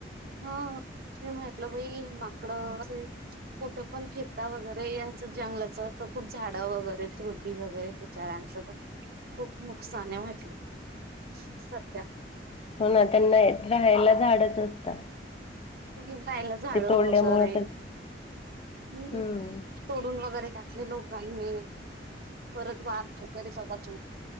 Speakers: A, on the right; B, on the left.
A: ह म्हहितलं बाई माकड इड <unintelligible> कुठं पण फिरता वगैरे यांच जंगलाच तर खूप झाडं वगैरे थोडडी वगैरे विचारांच खूप नुकसान वाटले सध्या.
B: हो ना त्यांना राहायला झाडच असत.
A: राहायल झाड वगैरे
B: तोडल्यामुळे तर
A: हम्म.
B: हम्म
A: तोडून वगैरे टाकले लोकांनी परत बाग वगैरे बघत.